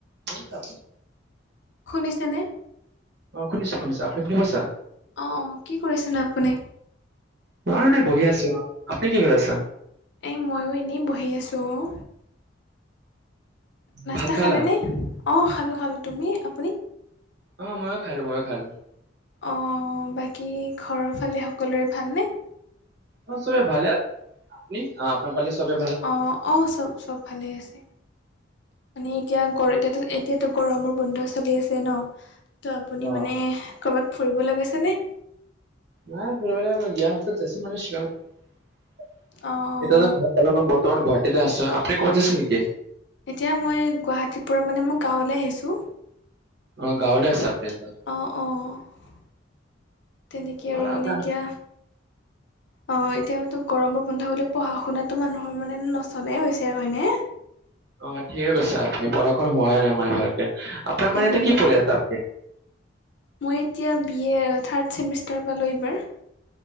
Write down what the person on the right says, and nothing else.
হ <unintelligible> কাপ
অ', শুনিছোঁ শুনিছোঁ আপুনি শুনি পাইছা।
মই এনে বহি আছোঁ আপুনি কি কৰি আছা।
ভাত খালা
অ', ময়ো খালো, ময়ো খালো।
অহ চবে ভালে আছে। আ আপোনাৰ পালে চবে ভা
অ
নাই ফৰিবেললে মই গিয়া হততছো মানে শ্বিলং <unintelligible>
দাদা অলপ বৰ্তমান গুৱাহাটী তে আছো আপনি ক'ত আছে নেকি।
অ', গাঁৱলে আছাআপুনি।
অ
আপোনাৰ
অ', ঠিকে কৈছা আপনি পঢ়া-শুনাৰ হোৱাাই নাই মানে ভালকে আপোনাৰ
মানে এতিয়া কি পঢ়ি আছা আপুনি।